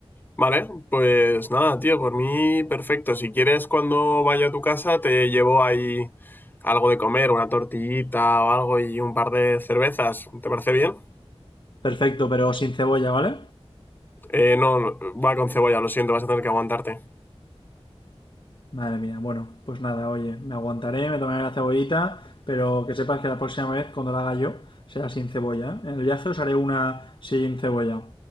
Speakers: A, on the left (about 20°); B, on the left (about 50°).
A: Vale, pues nada, tío, por mí perfecto. Si quieres, cuando vaya a tu casa, te llevo ahí algo de comer, una tortillita o algo y un par de cervezas. ¿Te parece bien?
B: Perfecto, pero sin cebolla, ¿vale?
A: Eh, no, va con cebolla, lo siento, vas a tener que aguantarte.
B: Madre mía, bueno, pues nada, oye, me aguantaré, me tomaré la cebollita, pero que sepas que la próxima vez, cuando la haga yo, será sin cebolla. ¿eh? En el viaje os haré una sin cebolla.